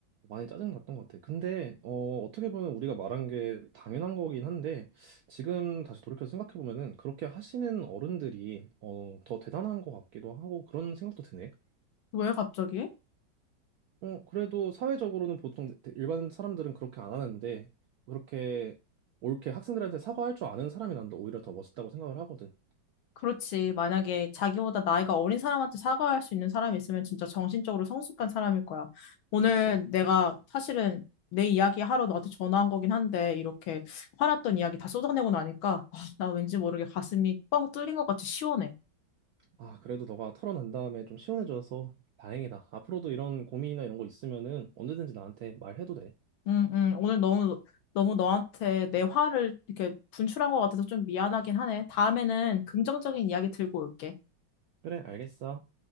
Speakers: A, on the right (about 75°); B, on the left (about 80°).
A: 많이 짜증 났던 것 같아. 근데 어, 어떻게 보면 우리가 말한 게 당연한 거긴 한데 지금 다시 돌이켜 생각해 보면은 그렇게 하시는 어른들이 어, 더 대단한 것 같기도 하고 그런 생각도 드네.
B: 왜 갑자기?
A: 어, 그래도 사회적으로는 보통 일반 사람들은 그렇게 안 하는데, 그렇게 옳게 학생들한테 사과할 줄 아는 사람이 난다 오히려 더 멋있다고 생각을 하거든.
B: 그렇지. 만약에 자기보다 나이가 어린 사람한테 사과할 수 있는 사람이 있으면 진짜 정신적으로 성숙한 사람일 거야. 오늘
A: 그치?
B: 내가 사실은 내 이야기 하러 너한테 전화한 거긴 한데 이렇게 화났던 이야기 다 쏟아내고 나니까 아, 나 왠지 모르게 가슴이 뻥 뚫린 것 같이 시원해.
A: 아, 그래도 너가 털어난 다음에 좀 시원해져서 다행이다. 앞으로도 이런 고민이나 이런 거 있으면은 언제든지 나한테 말해도 돼.
B: 응, 응. 오늘 너무 너무 너한테 내 화를 이렇게 분출한 것 같아서 좀 미안하긴 하네. 다음에는 긍정적인 이야기 들고 올게.
A: 그래, 알겠어.